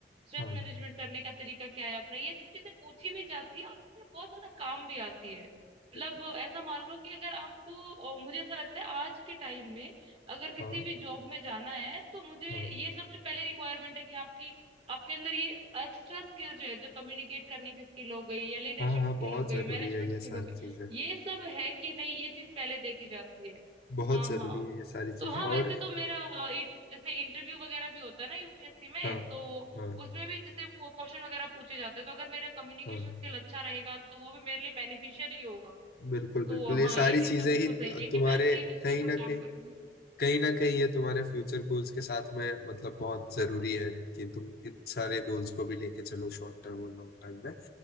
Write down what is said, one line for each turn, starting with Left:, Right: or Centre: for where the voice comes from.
Right: स्ट्रेस
Left: हाँ
Right: मैनेजमेंट करने का तरीका क्या है अपना ये सब चीजें पूछी भी जाती है और ये बहुत ज्यादा काम भी आती है मतलब
Left: बिल्कुल,
Right: ऐसा मान लो कि अगर आपको अ, मुझे ऐसा लगता है आज के टाइम में अगर किसी
Left: हाँ
Right: भी जॉब में जाना है तो मुझे
Left: हाँ
Right: ये सबसे पहले रिक्वायरमेंट है कि आपकी आपके अंदर ये एक्स्ट्रा स्किल जो है जो कम्युनिकेट करने की स्किल हो गई या लीडरशिप
Left: हाँ हाँ
Right: स्किल
Left: बहुत
Right: हो गई
Left: जरूरी
Right: मैनेजमेंट
Left: है ये
Right: स्किल
Left: सारी
Right: हो गई
Left: चीजें
Right: ये सब है कि नहीं ये चीज पहले देखी जाती है
Left: बहुत
Right: हाँ
Left: जरूरी
Right: हाँ
Left: है ये सारी चीजें
Right: तो हाँ वैसे
Left: और
Right: तो मेरा अ, एक जैसे इंटरव्यू वगैरह भी होता है ना यूपीएससी में
Left: हाँ
Right: तो
Left: हाँ
Right: उसमें भी जैसे क्वेश्चन वगैरह पूछे जाते हैं तो अगर मेरा कम्युनिकेशन
Left: हाँ
Right: स्किल अच्छा रहेगा तो वो भी मेरे लिए बेनिफिशियल ही होगा
Left: बिल्कुल
Right: तो
Left: बिल्कुल ये
Right: हाँ
Left: सारी
Right: ये
Left: चीजें
Right: चीज तो बिल्कुल
Left: ही
Right: सही है कि
Left: तुम्हारे
Right: मैं अपने उसके
Left: कहीं
Right: ऊपर
Left: ना कहीं
Right: काम करूंगी
Left: कहीं ना कहीं ये तुम्हारे फ्यूचर गोल्स के साथ में मतलब बहुत जरूरी है कि तुम इन सारे गोल्स को भी लेके चलो शॉर्ट टर्म और लॉन्ग टर्म में